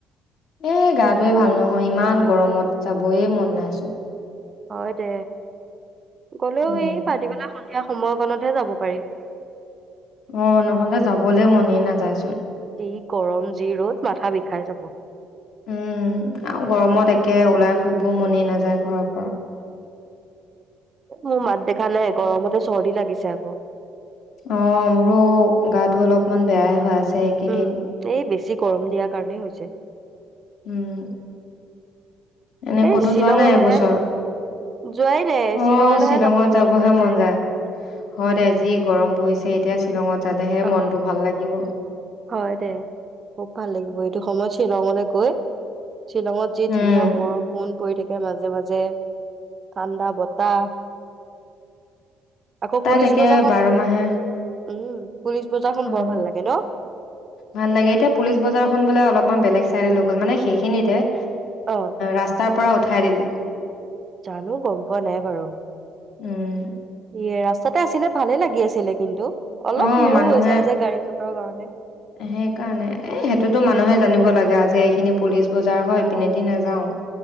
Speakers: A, on the left; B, on the right.
A: এ, গাটোৱে ভাল নহয় ইমান গৰমত যাবয়ে মন নাইচোন।
B: হয়, দে। গ'লেও
A: উম
B: এই ভাটি বেলা সন্ধিয়া সময়কণতহে যাব পাৰি।
A: অ' নহ'লে যাবলৈ মনেই নাযায় চোন।
B: যি গৰম যি ৰ'দ মাথা বিষাই যাব।
A: উম আৰু গৰমত একে ওলাই ফুৰিব মনেই নাযায় ঘৰৰ পৰা।
B: মোৰ মাত দেখা নাই গৰমতে চৰ্দি লাগিছে আকৌ।
A: অ' মোৰো গা টো অলপমান বেয়াই হৈ আছে। এইকেইদিন
B: উম এই বেছি গৰম দিয়াৰ কাৰণেই হৈছে।
A: উম এনে
B: এই
A: ক'তো
B: শ্বিলঙলৈহে
A: যোৱা নাই এবছৰ?
B: যোৱাই নাই
A: অ'
B: শ্বিলঙলৈহে
A: শ্বিলঙত
B: যাবলৈ
A: যাবহে
B: গৈছে
A: মন যায় হয় তে আজি গৰম পৰিছে এতিয়া। শ্বিলঙত যালেহে
B: অ
A: মনটো ভাল লাগিব।
B: হয় দে খুব ভাল লাগিব এইটো সময়ত শ্বিলঙলৈ গৈ। শ্বিলঙত যি ধুনীয়া
A: উম
B: বৰষুণ। পৰি থাকে মাজে মাজে ঠাণ্ডা বতাহ। আকৌ
A: তাত
B: পুলিচ
A: একে
B: বজাৰখন
A: বাৰ মাহে
B: উম পুলিচ বজাৰখন
A: উম
B: বৰ ভাল লাগে ন?
A: ভাল লাগে এতিয়া পুলিচ বজাৰখন বোলে অলপমান বেলেগ চাইড লৈ গ'ল মানে সেইখিনিতে। এ
B: অ
A: ৰাস্তাৰ পৰা উঠাই দিলে
B: জানো গম পোৱা নাই বাৰু
A: উম
B: ই ৰাস্ত তাতে আছিলে ভালে লাগি আছিলে কিন্তু অলপ
A: অ
B: ভিৰো
A: মানুহে
B: হৈ যায়
A: সেইকাৰণে
B: যে গাড়ী মটৰৰ কাৰণে
A: এ সেইটোতো মানুহে জানিব লাগে এইয়া যে এইখিনি পুলিচ বজাৰ হয় এই পিনে দি নেযাও